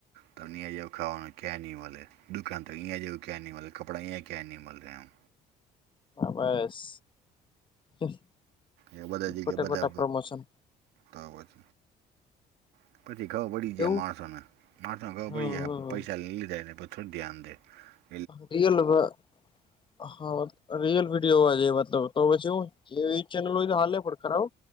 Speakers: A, on the right; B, on the left.
A: તો અહીંયા જેવુ ખવાનું ક્યા ની મળે દુકાન તો જેવું ક્યા ન મળે કપડા ક્યા નહી મળે આમ.
B: હા બસ <unintelligible>
A: એ બધા જગ્યા
B: ખોટા
A: બધા
B: ખોટા પ્રમોશન
A: આપતા ત <unintelligible> પછી ખબર પડી જાય
B: એવું
A: માણસોને માણસોને ખબર
B: હમ
A: પડી જાય
B: હમ
A: પૈસા લીધે એ બધ <unintelligible>
B: રિયલમાં હા. રિયલ વિડીયો એવા તો તો પછી એ એવી ચેનલ હોય તો હાલે પણ ખરાબ